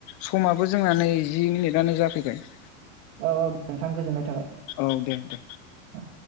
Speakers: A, on the left; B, on the right.
A: समाबो जोंना नै जि मिनिटानो जा सिगोन
B: औ औ नोंथां गोजोननाय थाबाय
A: औ दे दे
B: औ